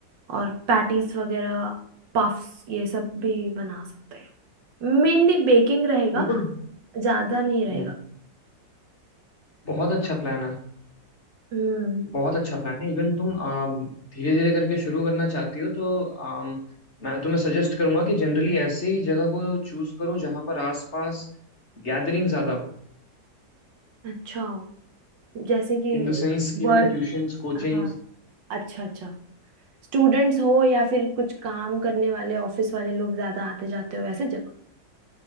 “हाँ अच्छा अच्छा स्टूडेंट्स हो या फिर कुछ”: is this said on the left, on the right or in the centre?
Right